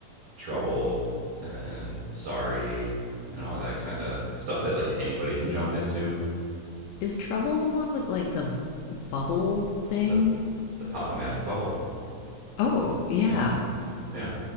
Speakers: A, on the right; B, on the left.
A: Trouble and Sorry and all that kind of stuff that like anybody can jump into
B: Is Trouble the one with like the bubble thing?
A: the the Pop-O-Matic bubble.
B: Oh, yeah.
A: Yeah, yeah.